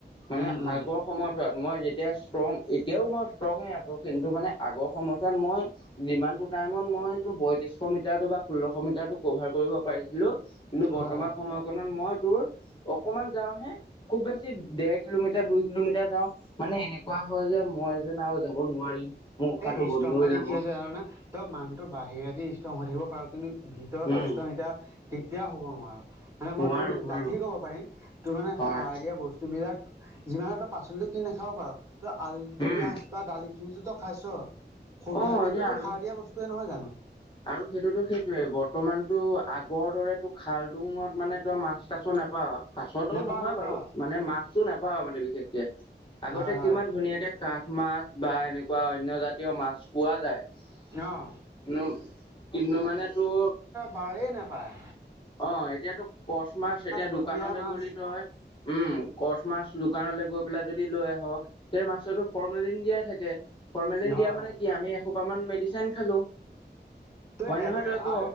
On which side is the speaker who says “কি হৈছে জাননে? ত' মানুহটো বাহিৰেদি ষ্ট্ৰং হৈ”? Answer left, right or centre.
Right